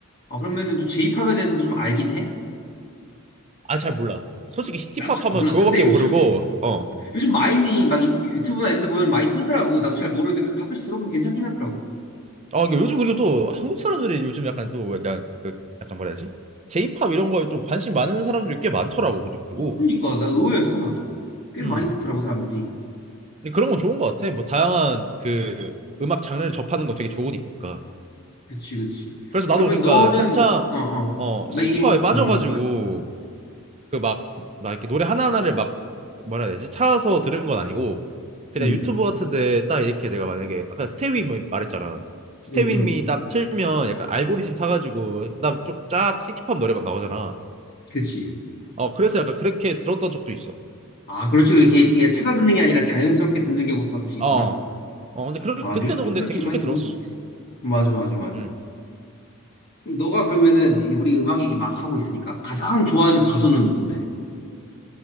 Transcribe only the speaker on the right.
아, 잘 몰라. 솔직히 시티팝
하면
그거밖에
모르고, 어.
아, 근데 요즘 그리고 또 한국 사람들이 요즘 약간 또 약간 그, 약간 뭐라 해야 지 제이팝 이런 거에 좀 관심 많은 사람들이 꽤 많더라고, 그리고.
음.
근데 그런 건 좋은 것 같아. 뭐, 다양한 그 음악 장르를 접하는 거 되게 좋으니까.
그래서 나도
그러니까
한참 어
어,
시티팝에
빠져가지고
그 막 막 이렇게 노래 하나하나를 막 뭐라 해야 되지 찾아서 들은 건 아니고 그냥
유튜브 같은데 딱 이렇게 내가 만약에 아까 스테이 미 말했잖아 스테이미
딱 틀면 약간 알고리즘 타가지고 그다음 쭉 쫙 시티팝 노래만 나오잖아
어 그래서 약간 그렇게 들었던 적도 있어
어어 근데 그
그때도
근데
되게 좋게
들었어
음.